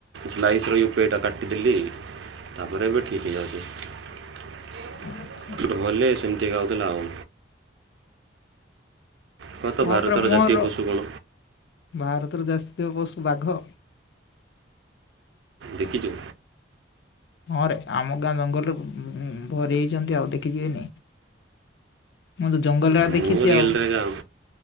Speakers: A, on the right; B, on the left.
A: ସ୍ଲାଇସର ୟୁ ପି ଆଇ ଟା କାଟିଦେଲି ତାପରେ ଏବେ ଠିକ୍ ହେଇଯାଉଛି।
B: ଆଚ୍ଛା
A: ନହେଲେ ସେମତି ଗାଉଥିଲା ଆଉ। କହ ତ
B: ହଁ
A: ଭାରତର
B: ପରା ମୋର
A: ଜାତୀୟ ପଶୁ କ'ଣ
B: ଭାରତର ଜାସତିୟ ପଶୁ ବାଘ
A: ଦେଖିଚୁ?
B: ହଁରେ ଆମ ଗାଁ ଜଙ୍ଗଲରେ ଉଁ-ଉଁ-ଭରି ହେଇଚନ୍ତି ଆଉ ଦେଖି ଯିବିନି। ମୁଁ ତ ଜଙ୍ଗଲରେ ଆ ଦେଖିଚି
A: ମୁଁ ରିଏଲ୍ରେ
B: ଆଉ।
A: ଏକା